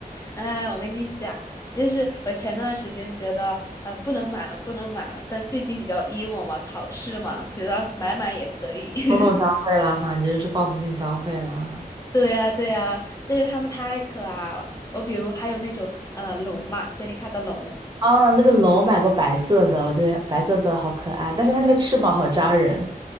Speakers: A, on the left (about 20°); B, on the right (about 25°).
A: 哎，我跟你讲，就是我前段时间觉得，啊，不能买了，不能买了，但最近比较 emo 嘛，考试嘛，觉得买买也可以。<laughs>
B: 冲动消费了哈，你这就是报复性消费了哈。
A: 对呀，对呀，但是它们太可爱了。我比如还有那种呃龙嘛，杰里卡的龙，
B: 啊，那个龙我买过白色的，我觉得白色的好可爱，但是它那个翅膀好扎人。